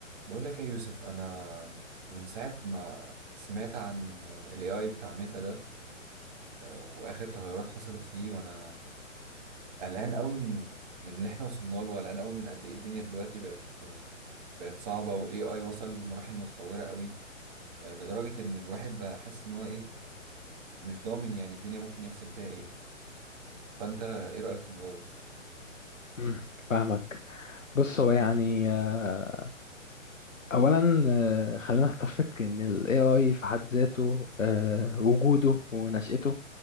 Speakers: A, on the right; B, on the left.
A: بقول لك إيه يا يوسف انا من ساعه ما سمعت عن الاي اي بتاع ميتا ده آه، واخر تغيرات حصلت فيه وانا قلقان قوي من من اللي احنا وصلنا له وقلقان قوي من قد ايه الدنيا دلوقتي بقت بقت صعبه والاي اي وصل لمراحل متطوره قوي آه، لدرجه ان الواحد بقى حاسس ان هو ايه مش ضامن يعني الدنيا ممكن يحصل فيها ايه فانت ايه رايك في الموضوع ده
B: مم، فاهمك بص هو يعني آه، اولا آه، خلينا نتفق ان ال AI في حد ذاته آه، وجوده ونشأته